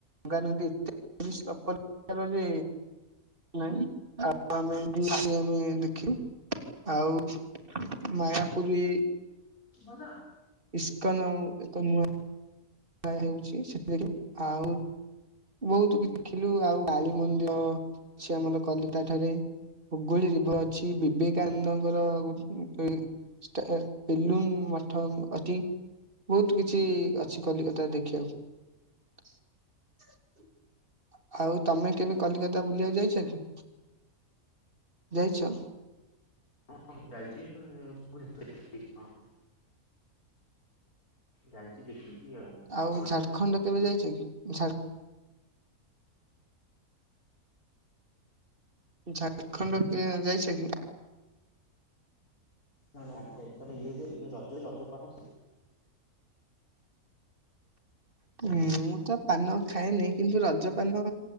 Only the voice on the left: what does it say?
ଗଲ।
ହଁ ଯାଇଚି <unintelligible> ଯାଇଛି ଦେଖିଛି।
ହଉ ସରିଛି
ନା ନା <unintelligible> ଇଏ ଯିଏ ଇଏ ରଜରେ ରଜ ପାନ ଖା। <unintelligible>